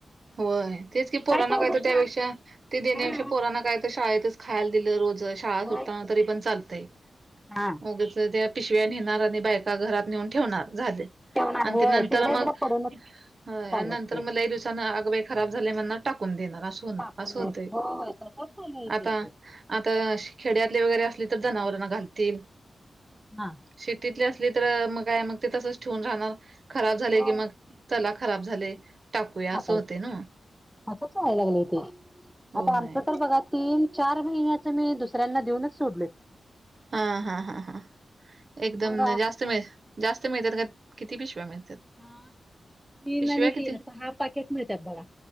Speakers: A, on the right (about 60°); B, in the centre.
A: होय तेच की प पुराना
B: चौघच
A: काय तर त्यापेक्षा
B: ना
A: ते देण्यापेक्षा
B: हा
A: प पुराना काय तर शाळेतच. खायला दिलं रोज शाळा
B: होय
A: सुटताना
B: की.
A: तरी पण चालतंयग
B: हा.
A: त्या. पिशव्या नेणार आणि बायका घरात नेऊन ठेवणार झाले.
B: ठेवणार
A: आणि
B: होय
A: त्या नंतर
B: तिकडे
A: मग
B: इकडे पडूनच
A: आणि
B: चालत
A: नंतर
B: ते
A: मग. आग बाई खराब झालं मग टाकून दे. अस
B: टाकून द्यायचं
A: हो ते
B: होय होय तसंच चालू आहे ते
A: आता.
B: ते.
A: आता खेड्यातले वगैरे असले तर जनावरांना घालतील.
B: हा.
A: शेतीतली असली तर मग काय मग ते तसच ठेवून राहणार खराब झाले
B: होय
A: की मग. चला खराब झाले. टाकूया असं
B: आकायच
A: होते ना.
B: असंच वयला लागले ते
A: होय
B: आता आमचं तर बघा. तीन चार महिन्याच मी दुसऱ्यांना देऊनच सोडले.
A: हा हा हा हा एकदम
B: मग
A: जास्त मिळे. जास्त मिळतात का किती पिशव्या मिळतात?
B: हा म
A: पिशव्या
B: न नाही
A: किती?
B: तीरास हाफ पाॅकेट मिळतेय बघ.